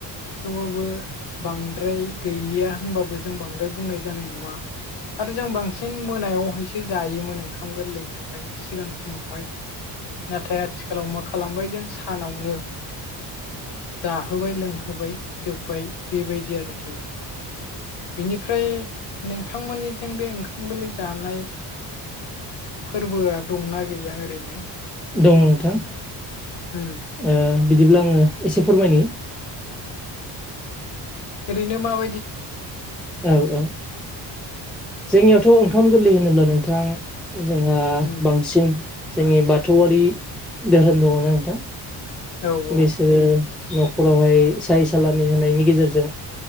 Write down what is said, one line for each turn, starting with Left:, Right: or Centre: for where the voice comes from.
Left: थेवबाबो बांद्राय गैलिया होनबाबो जों बांद्राय बुंनाय जानाय नंङा। आरो जों बांसिन मोनायावहायसो जायोमोन ओंखाम गोरलैखौहाय सिगां समावहाय नाथाय आथिखालाव मा खालामबाय जों सानावनो जाहोबाय लोंहोबाय जोब्बाय बेबायदि आरोखि। बेनिफ्राय नोंथांमोननिजों बे ओंखाम गोरलै जानाय फोरबोआ दंना गैया ओरैनो
Centre: दंङो नोंथां।
Left: ओ।
Centre: ओ बिदिब्ला आंङो एसे फोरमायनि
Left: ओरैनो माबा
Centre: औ औ। जोंनियावथ' ओंखाम गोरलै होनोब्ला नोंथां जोंहा
Left: उम
Centre: बांसिन जोंनि बाथौआरि धोरोम दंङना नोंथां
Left: औ औ
Centre: बिसोरो न'खरावहाय साहाय सालामि होनायनि गेजेरजों